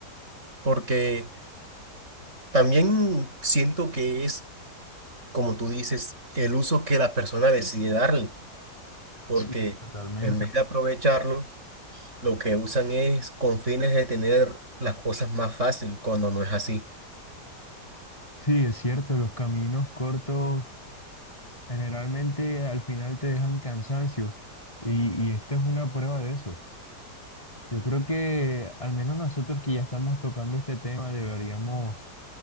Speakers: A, on the right; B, on the left.
A: Porque también siento que es, como tú dices, el uso que la persona decide darle, porque
B: Sí, totalmente.
A: en vez de aprovecharlo, lo que usan es con fines de tener las cosas más fácil, cuando no es así.
B: Sí, es cierto, los caminos cortos Generalmente al final te dejan cansancio y, y esta es una prueba de eso. Yo creo que al menos nosotros que ya estamos tocando este tema deberíamos